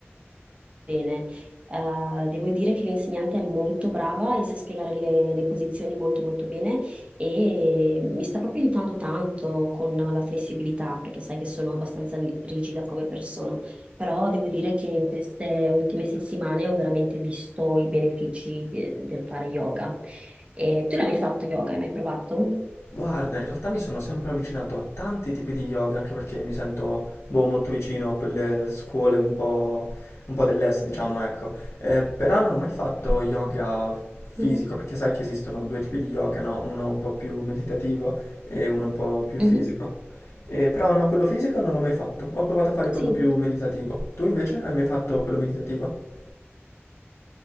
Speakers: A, on the right (about 25°); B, on the left (about 75°).
A: bene. Eh, devo dire che l'insegnante è molto brava e sa spiegare le, le posizioni molto molto bene e mi sta proprio aiutando tanto con la flessibilità perché sai che sono abbastanza rigida come persona, però devo dire che in queste ultime settimane ho veramente visto i benefici de- del fare yoga. E tu l'hai mai fatto yoga? Hai mai provato?
B: Guarda, in realtà mi sono sempre avvicinato a tanti tipi di yoga, anche perché mi sento boh, molto vicino a quelle scuole un po', un po' dell'est, diciamo, ecco. Eh, però non ho mai fatto yoga fisico,
A: Mhm,
B: perché sai che esistono due tipi di yoga, no? Uno un po' più meditativo e uno un po' più fisico.
A: mhm.
B: Eh, però no, quello fisico non l'ho mai fatto. Ho provato a fare
A: Sì,
B: quello più meditativo. Tu invece hai mai fatto quello meditativo?